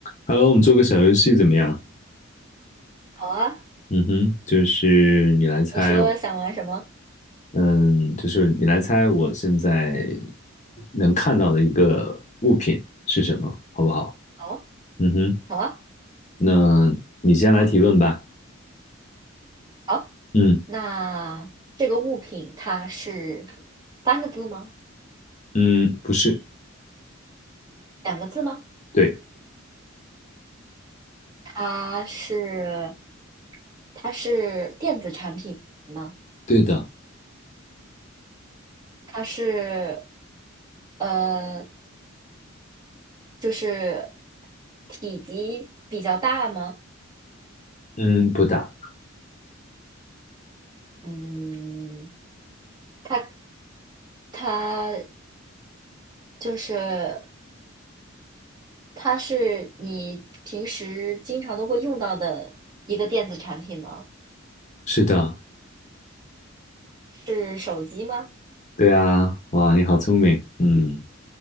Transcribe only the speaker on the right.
好啊，
你说想玩什么？
好，
好啊，
好。
那这个物品它是三个字吗？
两个字吗？
它是它是电子产品吗？
它是呃，就是体积比较大吗？
嗯，它它就是它是你平时经常都会用到的一个电子产品吗？
是手机吗？